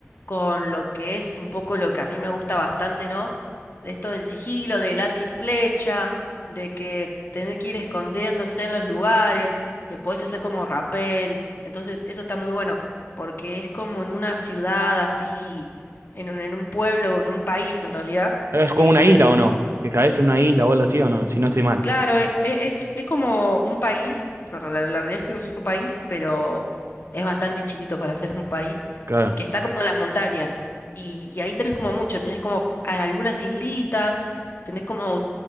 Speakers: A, on the left; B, on the right.
A: con lo que es un poco lo que a mí me gusta bastante, ¿no? De esto del sigilo, del arco y flecha, de que tener que ir escondiéndose en los lugares, eh, podés hacer como rapel, entonces eso está muy bueno porque es como en una ciudad así, en un, en un pueblo, en un país en realidad
B: Es como
A: eh,
B: una isla o no. Que caes en una isla o algo así o no. Si no estoy mal.
A: Claro, e- e- es, es como un país, la, la- la realidad es que es un país, pero es bastante chiquito para ser un país,
B: Claro.
A: que está como en las montañas. Y, y ahí tenés como mucho, tenés como a- algunas islitas, tenés como